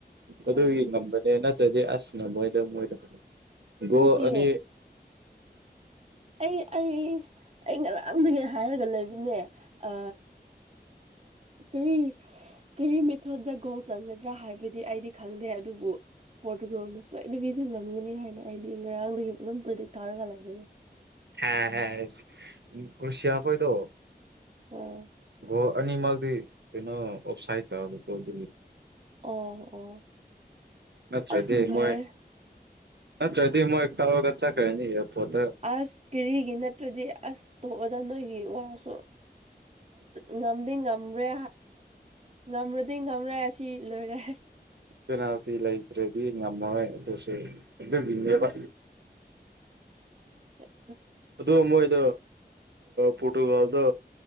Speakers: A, on the right (about 85°); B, on the right (about 40°).
A: ꯑꯗꯨꯒꯤ
B: ꯑꯣ
A: ꯉꯝꯕꯅꯦ ꯅꯠꯇ꯭ꯔꯗꯤ ꯑꯁ ꯉꯝꯃꯣꯏꯗꯣ- ꯃꯣꯏꯗ ꯒꯣꯜꯑꯅꯤ
B: ꯅꯠꯇꯤꯌꯦ ꯑꯩ ꯑꯩ ꯑꯩ ꯉꯔꯥꯡꯗꯒꯤ ꯍꯥꯏꯔꯒ ꯂꯩꯕꯅꯦ ꯑ ꯀꯔꯤ ꯀꯔꯤ ꯃꯦꯊꯣꯠꯇ ꯒꯣꯜ ꯆꯪꯒꯗ꯭ꯔꯥ ꯍꯥꯏꯕꯗꯤ ꯑꯩꯗꯤ ꯈꯪꯗꯦ ꯑꯗꯨꯕꯨ ꯄꯣꯔꯇꯨꯒꯜꯅ ꯁꯣꯏꯗꯕꯤꯗꯤ ꯉꯝꯒꯅꯤ ꯍꯥꯏꯅ ꯑꯩꯗꯤ ꯉꯔꯥꯡꯗꯒꯤ ꯑꯗꯨꯝ ꯄ꯭ꯔꯦꯗꯤꯛ ꯇꯧꯔꯒ ꯂꯩꯕꯅꯦ꯫
A: ꯍꯥꯁ ꯀ꯭ꯔꯨꯁꯤꯌꯥ ꯍꯣꯏꯗꯣ
B: ꯑꯣ
A: ꯒꯣꯜ ꯑꯅꯤꯃꯛꯗꯤ ꯀꯩꯅꯣ ꯑꯣꯞꯁꯥꯏꯠ ꯇꯕꯀꯣ ꯑꯗꯨꯒꯤ
B: ꯑꯣ ꯑꯣ
A: ꯅꯠꯇ꯭ꯔꯗꯤ
B: ꯑꯁ ꯅꯨꯡꯉꯥꯏꯔꯦ
A: ꯃꯣꯏ ꯅꯠꯇ꯭ꯔꯗꯤ ꯃꯣꯏ ꯇꯧꯔꯒ ꯆꯠꯈ꯭ꯔꯅꯤ ꯑꯦꯌꯥꯔꯄꯣꯔꯠꯇ꯫
B: ꯑꯁ ꯀꯦꯔꯤꯒꯤ ꯅꯠꯇ꯭ꯔꯗꯤ ꯑꯁ ꯇꯣꯛꯑꯣꯗ ꯅꯣꯏꯒꯤ ꯋꯥꯁꯨ꯫ ꯉꯝꯗꯤ ꯉꯃ꯭ꯔꯦ ꯉꯝꯃ꯭ꯔꯗꯤ ꯉꯝꯔꯦ ꯑꯁꯤ ꯂꯣꯏꯔꯦ꯫
A: ꯄꯦꯅꯥꯜꯇꯤ ꯂꯩꯇ꯭ꯔꯦꯗꯤ ꯉꯝꯃꯣꯏ ꯑꯗꯨꯁꯨ ꯑꯗꯨꯒꯤꯅꯦꯕ꯫
B: <inaudible>
A: ꯑꯗꯨ ꯃꯣꯏꯗꯣ ꯄꯣꯇꯨꯒꯜꯗꯣ